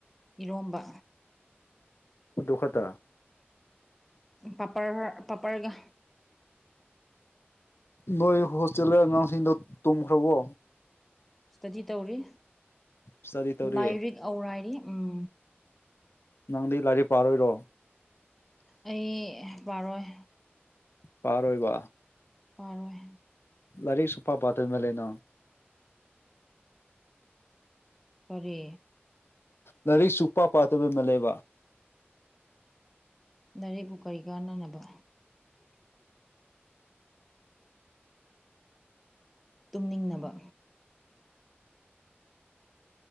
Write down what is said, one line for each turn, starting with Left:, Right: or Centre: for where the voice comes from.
Centre: ꯏꯔꯣꯝꯕ
Left: ꯗꯨ ꯈꯠꯇ
Centre: ꯄꯥꯄꯔ ꯄꯥꯄꯔꯒ
Left: ꯅꯣꯏ ꯍꯣꯁꯇꯦꯜꯗ ꯑꯉꯥꯡꯁꯤꯡꯗꯣ ꯇꯨꯝꯈ꯭ꯔꯕꯣ
Centre: ꯏꯁꯇꯗꯤ ꯇꯧꯔꯤ
Left: ꯏꯁꯇꯗꯤ ꯇꯧꯔꯤ
Centre: ꯂꯥꯏꯔꯤꯛ ꯑꯧꯔꯥꯏꯔꯤ ꯎꯝ
Left: ꯅꯪꯗꯤ ꯂꯥꯏꯔꯤꯛ ꯄꯥꯔꯣꯏꯔꯣ
Centre: ꯑꯩ ꯄꯥꯔꯣꯏ
Left: ꯄꯤꯔꯣꯏꯕ
Centre: ꯄꯥꯔꯣꯏ
Left: ꯂꯔꯤꯛ ꯁꯨꯄꯥ ꯄꯥꯇꯗ ꯃꯦ ꯂꯩꯅꯣ
Centre: ꯀꯔꯤ
Left: ꯂꯥꯏꯔꯤꯛ ꯁꯨ ꯄ ꯄꯥꯠꯇꯕ ꯃꯥꯜ ꯂꯦꯕ
Centre: ꯏꯔꯤꯛꯄꯨ ꯀꯔꯤ ꯀꯥꯟꯅꯅꯕ ꯇꯨꯝꯅꯤꯡꯅꯕ